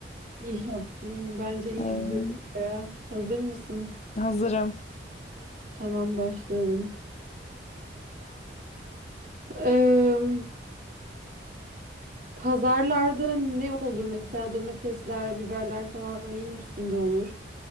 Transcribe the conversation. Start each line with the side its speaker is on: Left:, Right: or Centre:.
Right: İyi yaptın. Bence iyi
Left: <laughs>
Right: gidiyor baya. Hazır mısın?
Left: Ee, hazırım.
Right: Tamam başlıyorum. Eee, pazarlarda ne olur? Mesela domatesler, biberler falan neyin üstünde olur?